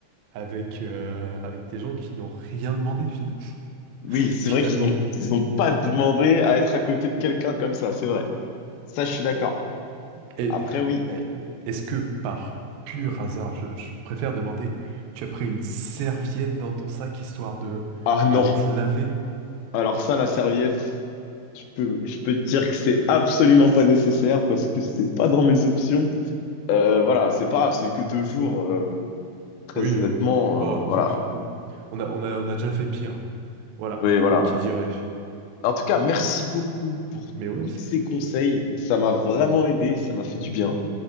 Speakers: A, on the right; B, on the left.
A: avec, euh, avec des gens qui n'ont rien demandé finalement.
B: Oui,
A: <laughs>
B: c'est
A: Finalement.
B: vrai qu'ils ont, ils ont pas demandé à être à côté de quelqu'un comme ça, c'est vrai. Ça, je suis d'accord.
A: Et,
B: Après, oui.
A: et- est-ce que par pur hasard, je, je préfère demander, tu as pris une serviette dans ton sac histoire de,
B: Ah non.
A: de te laver?
B: Alors ça, la serviette, je peux, je peux te dire que c'est absolument pas nécessaire parce que c'était pas dans mes options. Euh, voilà, c'est pas grave, c'est que deux jours. euh, très
A: Oui.
B: honnêtement,
A: Oh,
B: euh, voilà.
A: après tout, on a, on a, on a déjà fait pire. Voilà.
B: Oui, voilà.
A: Comme qui dirait.
B: En tout cas, merci beaucoup pour
A: Mais ouais,
B: tous
A: c'est-
B: ces conseils. Ça m'a vraiment aidé, ça m'a fait du bien.